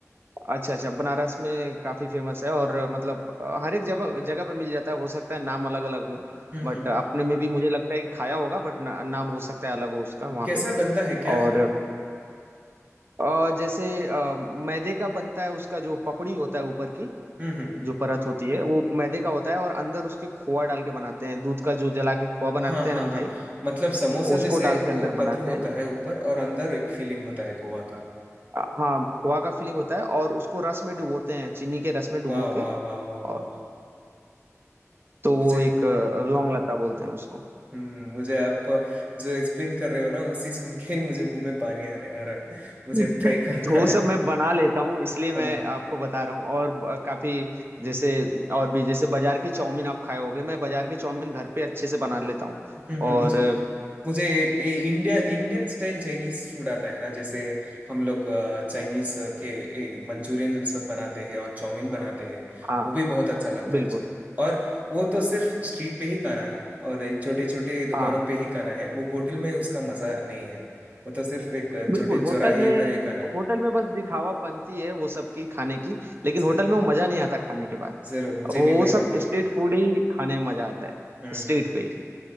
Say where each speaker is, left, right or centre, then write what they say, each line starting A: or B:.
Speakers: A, on the right; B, on the right.
A: अच्छा अच्छा बनारस में काफी फेमस है और मतलब अ, हर एक जगह जगह पे मिल जाता है हो सकता है नाम अलग अलग हो
B: हम्म
A: बट
B: हम्म
A: अपने
B: हम्म
A: में भी मुझे लगता है कि खाया होगा बट ना, नाम हो सकता है अलग हो उसका वहाँ
B: कैसा
A: पे
B: बनता है क्या
A: और
B: है वो
A: अ, जैसे अ, मैदे का बनता है उसका जो पपड़ी होता है ऊपर की
B: हम्म हम्म
A: जो परत होती है वो मैदे का होता है और अंदर उसके खोआ डाल के बनाते हैं दूध का जो जला के खोआ बनाते
B: हाँ हाँ
A: हैं ना मिठाई
B: हाँ मतलब समोसा
A: उसको
B: जैसे
A: डाल के
B: वो
A: अंदर
B: पत्र
A: बनाते
B: होता
A: हैं
B: है ऊपर और अंदर एक फीलिंग होता है गोवा का
A: अ, हाँ खोआ का फीलिंग होता है और उसको रस में डुबोते हैं चीनी के रस में डुबो
B: वाह वाह
A: के
B: वाह वाह
A: और
B: वाह
A: तो
B: मुझे
A: वो एक अ, लौंग लता बोलते हैं उसको
B: हम्म मुझे आप जो एक्सप्लेन कर रहे हो ना उसी सुन के ही मुझे मुंह में पानी आने आ रहा है मुझे
A: अच्छा।
B: ट्राई करना
A: तो वो
B: है
A: सब मैं बना लेता हूँ इसलिए मैं
B: हाँ हाँ
A: आपको बता रहा हूँ और ब- काफी जैसे और भी जैसे बाजार की चाउमीन आप खाए होगे मैं बाजार की चाउमीन घर पे अच्छे से बना लेता हूँ
B: हम्म हम्म,
A: और
B: मुझे
A: अ,
B: मुझे ये India Indian style Chinese food आता है ना जैसे हम लोग चाइनीज के मंचूरियन सब बनाते हैं और चाउमीन बनाते हैं
A: हाँ
B: वो भी बहुत अच्छा लगता
A: बिल्कुल
B: है और वो तो सिर्फ स्ट्रीट पे ही खाना है और छोटे छोटे दुकानों
A: हाँ
B: पे ही खाना है वो होटल में उसका मजा नहीं है वो तो सिर्फ एक
A: बिल्कुल
B: छोटे
A: होटल
B: चौराहे
A: में
B: पर ही खाना है
A: होटल में बस दिखावापंती है वो सब की खाने की लेकिन
B: जरूर
A: होटल में वो मजा नहीं आता खाने के बाद
B: जरूर मुझे
A: वो
B: भी वही लगता
A: सब
B: है
A: स्ट्रीट फूड ही खाने में मजा आता है
B: हम्म
A: स्ट्रीट
B: हम्म हम्म।
A: पे ही।